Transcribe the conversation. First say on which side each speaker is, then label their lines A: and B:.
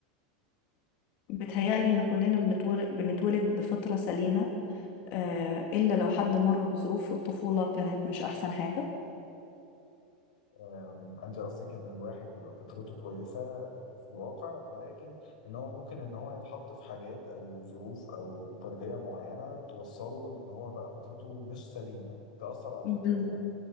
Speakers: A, on the left (about 45°); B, on the left (about 90°).
A: بتهيألي ان كلنا بنتولد بنتولد بفطرة سليمة آه، إلا لو حد مر بظروف في الطفولة كانت مش أحسن حاجة
B: أم، انت قصدك ان الواحد بيبقى فطرته كويسة في الواقع ولكن ان هو ممكن ان هو يتحط في حاجات او ظروف او تربية معينة توصله لان هو بقى فطرته مش سليمة تأثر على الفطرة
A: بال-
B: دي